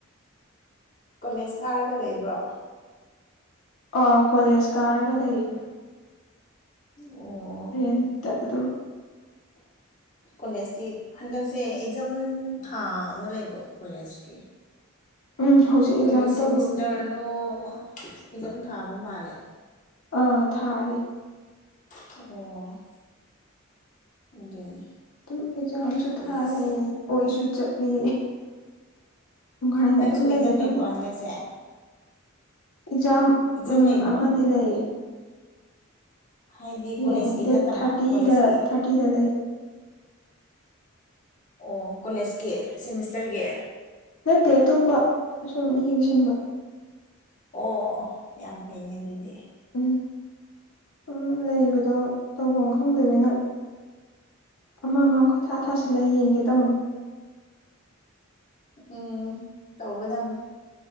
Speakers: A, on the left (about 40°); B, on the left (about 80°).
A: ꯀꯣꯂꯦꯖ ꯀꯥꯔꯒ ꯂꯩꯕ꯭ꯔꯣ
B: ꯑ ꯀꯣꯂꯦꯖ ꯀꯥꯔꯒ ꯂꯩꯌꯦ
A: ꯑꯣ
B: ꯔꯦꯟꯇ ꯑꯗꯨꯝ
A: ꯀꯣꯂꯦꯖꯇꯤ ꯍꯟꯗꯛꯁꯦ ꯑꯦꯛꯖꯥꯝ ꯊꯥ ꯑꯃ ꯂꯩꯕ꯭ꯔꯣ ꯀꯣꯂꯦꯖꯀꯤ
B: ꯎꯝ ꯍꯧꯖꯤꯛ ꯑꯦꯛꯖꯥꯝ
A: ꯀꯔꯤ ꯁꯤꯃꯤꯁꯇꯔꯅꯣ
B: ꯇꯧꯔꯤꯕ
A: ꯑꯃꯨꯛ ꯑꯦꯖꯝ ꯊꯥꯕ ꯃꯥꯜꯂꯦ
B: ꯑꯥ ꯊꯥꯔꯤ
A: ꯑꯣ ꯑꯗꯨꯅꯤ
B: ꯑꯗꯨꯝ ꯑꯦꯛꯖꯥꯝꯁꯨ
A: ꯀꯣꯂꯦꯖꯁꯨ
B: ꯊꯥꯏ ꯑꯣꯏꯁꯨ ꯆꯠꯂꯤ ꯅꯨꯡꯉꯥꯏꯅ
A: ꯅꯪꯁꯨ
B: ꯑꯗꯨꯝ ꯂꯩꯔꯗꯣꯏꯅꯦ
A: ꯑꯦꯛꯖꯥꯝ ꯂꯩꯕ꯭ꯔꯣ ꯍꯟꯗꯛꯁꯦ
B: ꯑꯦꯛꯖꯥꯝ
A: ꯑꯦꯛꯖꯥꯝ
B: ꯑꯝ
A: ꯂꯩꯕ꯭ꯔꯣ
B: ꯑꯃꯗꯤ ꯂꯩꯌꯦ
A: ꯍꯥꯏꯗꯤ
B: ꯍꯌꯦꯡ
A: ꯀꯣꯂꯦꯖꯀꯤ
B: ꯗꯦꯠ
A: ꯅꯠꯇꯕ
B: ꯊꯥꯔꯇꯤꯗ
A: ꯀꯣꯂꯦꯖꯀꯤ
B: ꯊꯥꯔꯇꯤꯗ ꯂꯩ
A: ꯑꯣ ꯀꯣꯂꯦꯖꯀꯤ ꯁꯦꯃꯤꯁꯇꯔꯒꯤ
B: ꯅꯠꯇꯦ ꯑꯇꯣꯞꯄ ꯁꯨꯝ ꯌꯦꯡꯁꯤꯟꯕ
A: ꯑꯣ ꯑꯣ ꯑꯣ ꯌꯥꯝ ꯐꯩꯅꯦ ꯑꯗꯨꯗꯤ
B: ꯎꯝ ꯁꯨꯝ ꯂꯩꯕꯗꯣ ꯇꯧꯕꯝ ꯈꯪꯗꯅꯤꯅ ꯑꯃ ꯑꯃ ꯀꯣꯏꯊꯥ ꯊꯥꯁꯤꯜꯂ ꯌꯦꯡꯒꯦ ꯇꯧꯅꯤ
A: ꯎꯝ ꯇꯧꯒꯗꯝꯅꯤ